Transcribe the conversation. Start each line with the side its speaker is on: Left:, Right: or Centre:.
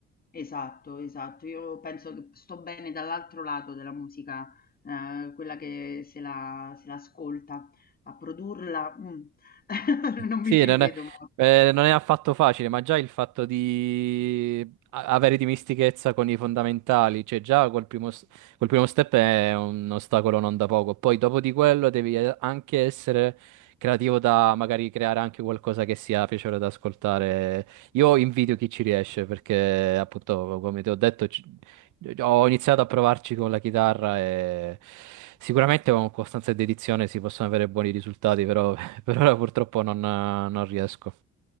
Left: Esatto, esatto. Io penso che sto bene dall'altro lato della musica, eh, quella che se la, se l'ascolta, a produrla, mm, <laughs> non
Right: Sì,
Left: mi ci
Right: non
Left: vedo.
Right: è,
Left: molto.
Right: eh, non è affatto facile, ma già il fatto di a- avere dimistichezza con i fondamentali, cioè già col primo, s- col primo step è un ostacolo non da poco. Poi dopo di quello devi eh, anche essere creativo da magari creare anche qualcosa che sia piacevole da ascoltare. Io invidio chi ci riesce perché appunto, come ti ho detto, ci- ho iniziato a provarci con la chitarra e sicuramente con costanza e dedizione si possono avere buoni risultati, però per ora purtroppo non, non riesco.